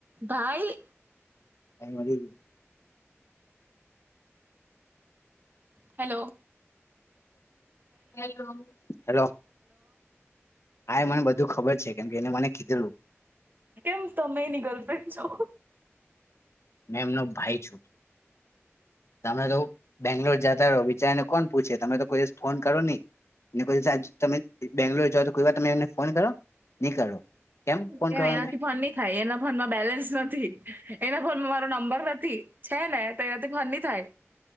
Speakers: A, on the right; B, on the left.
A: ભાઈ
B: હ મળીયુ
A: હેલો
B: હેલો હેલો હા એ મને બધું ખબર છે કેમ કે એને મને કીધેલું.
A: કેમ તમે એ ની ગર્લફ્રેન્ડ છો.
B: મે એમનો ભાઈ છું. તમે તો બેંગ્લોર જતા રહો બિચારાને કોણ પૂછે તમે તો કોઈ દિવસ ફોન કરો નહી. અને કોઈિવ તમે બેંગ્લોર જાઓ તો કોઈ વાર તમે એમને ફોન કરો નહી કરો. ફોન
A: કેમ
B: કરવાનો
A: એનાથી ફોન નહી ખાય એના ફોનમાં બેલેન્સ નથી એના ફોનમાં મારો નંબર નથી? છે ને તો એનાથી ફની થાય?